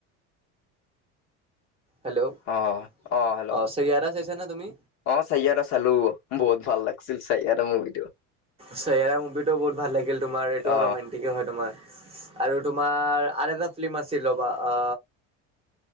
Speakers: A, on the right; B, on the left.
A: হেল্ল' অঁ
B: অ অ হেল্ল'
A: সাইয়াৰা চাইছা নে তুমি?
B: অ সাইয়াৰা চালো, বহুত ভাল লাগিছিল সাইয়াৰা মুভি টো।
A: সাইয়াৰা মুভিটো বহুত ভাল লাগিল তোমাৰ এইটোও
B: অ
A: ৰোমণ্টিকে হয় তোমাৰ। আৰু তোমাৰ আৰু এটা ফিল্ম আছিল ৰ'বা অ